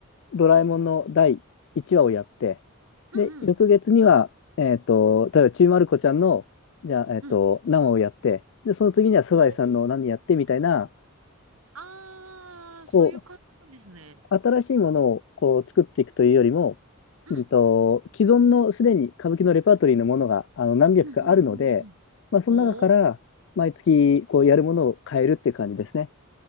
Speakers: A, on the left; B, on the right.
A: ドラえもんの第1話をやって、
B: うんうん。
A: で、翌月には、えっと、例えば、ちびまる子ちゃんの、じゃあ、えっと、
B: うん。
A: 何話をやって、で、その次にはサザエさんの何やってみたいな、
B: おーあー、
A: こ
B: そういう感じなんですね。
A: う、新しいものをこう作っていくというよりも、
B: うん。
A: うんと、既存のすでに歌舞伎のレパートリーのものがあの何百かあるので、
B: うんうんうんうん。
A: まあ、その中から毎月こうやるものを変えるっていう感じですね。
B: ほー。